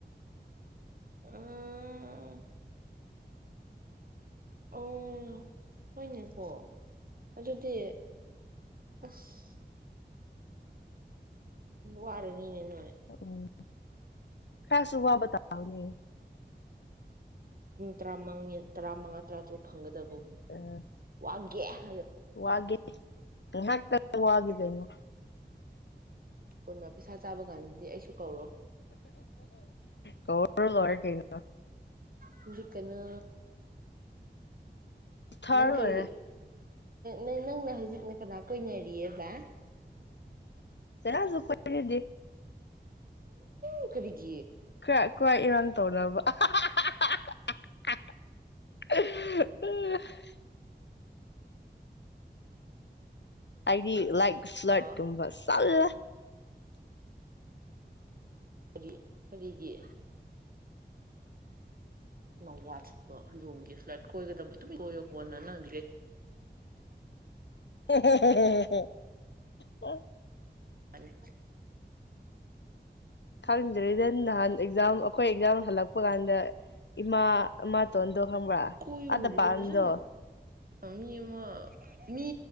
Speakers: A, on the right; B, on the left.
A: ꯎ ꯑꯣ ꯍꯣꯏꯅꯦꯀꯣ ꯑꯗꯨꯗꯤ ꯑꯁ ꯋꯥꯔꯅꯤꯅꯤ <inaudible>
B: ꯎꯝ ꯈꯔꯁꯨ ꯋꯥꯕ ꯇꯥꯕꯅꯦ
A: ꯇꯔꯥ ꯇꯔꯥꯃꯉꯥ ꯇꯔꯥ ꯇꯔꯨꯛ ꯐꯪꯒꯗꯕ
B: ꯑ
A: ꯑꯒꯦ
B: ꯋꯥꯒꯦ ꯄꯨꯍꯥꯛ ꯉꯣꯋꯥꯗꯩꯅ
A: ꯀꯅ ꯄꯩꯁꯥ ꯆꯥꯕ ꯀꯥꯟꯗꯤ ꯑꯩꯁꯨ ꯀꯧꯔꯣ
B: ꯀꯔ ꯂꯔ ꯀꯩꯅ
A: ꯍꯧ ꯀꯅ
B: ꯊꯔ
A: ꯅꯪ ꯀꯩ
B: ꯂꯣꯏꯔꯦ
A: ꯅꯪꯅ ꯍꯧꯖꯤꯛꯅ ꯀꯅꯥ ꯀꯣꯏꯏꯅꯔꯤꯌꯦꯗ
B: ꯗ ꯔꯁꯨ ꯀꯗꯤꯦ
A: ꯎ ꯀꯕꯤꯒ
B: ꯀ꯭ꯔꯦꯆ ꯈꯣꯏ ꯏꯔꯥꯡ ꯇꯧꯅꯕ ꯑꯍꯥ ꯍ ꯥꯍꯥ ꯍꯥ ꯍꯥ ꯑꯑ ꯑ ꯑꯥꯏꯗꯤ ꯂꯥꯏꯛ ꯐ꯭ꯂꯥꯏꯠ
A: ꯍꯥ
B: ꯀꯨꯝꯕ ꯁꯜꯂꯥ
A: ꯀꯔꯤ ꯀꯔꯤꯒꯤ ꯅꯋꯥ ꯆꯠꯄ ꯍꯨꯏꯔꯣꯡꯒꯤ ꯐ꯭ꯂꯥꯏꯠ ꯀꯣꯏꯒꯗꯕ ꯇꯨꯃꯤ ꯀꯣꯏꯌꯣ ꯀꯣꯟꯅ ꯅꯪꯒꯤ
B: ꯑ ꯍꯥꯡ ꯍꯥꯡ ꯍꯥꯡ ꯍꯥꯡ
A: ꯍꯥꯏꯕꯅꯤ
B: ꯈꯪꯗ꯭ꯔꯦꯗ ꯅꯍꯥꯟ ꯑꯦꯛꯖꯥꯝ ꯑꯈꯣꯏ ꯑꯦꯛꯖꯥꯝ ꯍꯜꯂꯛꯄ ꯀꯥꯟꯗ ꯏꯃꯥ ꯑꯃꯇꯣꯟꯗꯣ ꯈꯪꯕ꯭ꯔꯥ
A: ꯀꯣꯏꯌꯨ
B: ꯑꯥꯗ
A: ꯀꯔꯤꯔꯣ
B: ꯄꯥꯟꯗꯣ
A: ꯐꯖꯅ ꯃꯤ ꯑꯃ ꯃꯤ